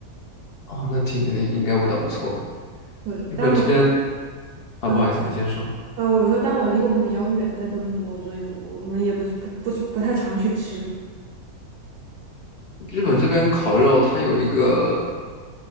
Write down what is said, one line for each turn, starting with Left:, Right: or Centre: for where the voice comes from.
Left: 哦，那挺那应该味道不错哎。
Right: 对，
Left: 日本这边
Right: 但我
Left: 啊，
Right: 嗯
Left: 不好意思，你先说。
Right: 呃，我说但我离我们比较远，在多伦多，所以我我们也不是不不是不太常去吃。
Left: 日本这边烤肉它有一个